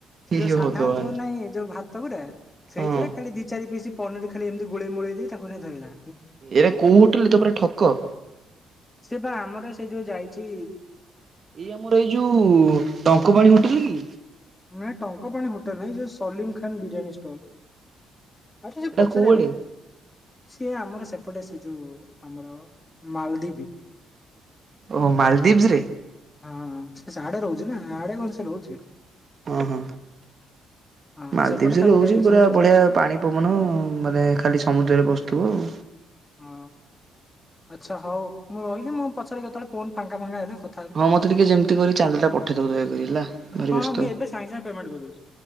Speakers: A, on the left; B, on the right.
A: ସେ
B: ହେ
A: ଯୋଉ ସାଧା
B: ଭଗବାନ
A: ଯୋଉ ନାହିଁ ଏ ଯୋଉ ଭାତ ଗୁରା ସେଇଥେରେ
B: ହଁ
A: ଖାଲି ଦି ଚାରି ପିଶ୍ ପନିର୍ ଖାଲି ଏମ୍ତି ଗୋଳେଇ ମୋଳଇ ଦେଇ ତାକୁ ନେଇ ଧରେଇଲା।
B: ଏରା କୋଉ ହୋଟେଲ ଏ ତ ପୁରା ଠକ।
A: ସେ ବା ଆମର ସେ ଯୋଉ ଯାଇଚି
B: ଏଇ ଆମର ଏଇ ଯୋଉ ଟଙ୍କପାଣୀ ହୋଟେଲ୍ କି?
A: ନାଇଁ ଟଙ୍କପାଣି ହୋଟେଲ୍ ନାହିଁ, ସେ ସଲିମ୍ ଖାନ୍ ବିରିୟାନୀ ଷ୍ଟଲ୍। ଆଚ୍ଛା ସେ
B: ଏଟା
A: ପଚାରିଆ
B: କୋଉଆଡେ?
A: କଥା। ସିଏ ଆମର ସେପଟେ ସେ ଯୋଉ ଆମର ମାଲ୍ଧିପି।
B: ଓହୋ, ମାଲଦୀବ୍ସରେ?
A: ହଁ ସେ ସାଡେ ରହୁଚି ନା, ଆଡେ କଣ ସେ ରହୁଚି।
B: ଓହୋ,
A: ହଁ
B: ମାଲଦୀପ୍ସରେ
A: ସେପଟେ ତାକୁ
B: ରହୁଚି
A: ଦେଇ ଦେଇଛନ୍ତି
B: ପୁରା
A: ଆଉ।
B: ବଢିଆ ପାଣି ପବନ ମାନେ ଖାଲି ସମୁଦ୍ରରେ ବସୁଥିବ ଆଉ।
A: ହଁ ଆଚ୍ଛା ହଉ ମୁଁ ରହିଲି, ମୁଁ ପଛେରେ କେତେବେଳେ ଫୋନ୍ ଫାଙ୍କା-ଫାଙ୍କା ହେଲେ କ
B: ହଁ ମତେ ଟିକେ ଯେମ୍ତି କରି ଚାନ୍ଦା ଟା ପଠେଇଦବ ଦୟାକରି ହେଲା ଭାରି
A: ହଁ
B: ବ୍ୟସ୍ତ।
A: ମୁଁ ଏବେ ସାଙ୍ଗେ ସାଙ୍ଗେ ପେମେଣ୍ଟ କରିଦଉଛି।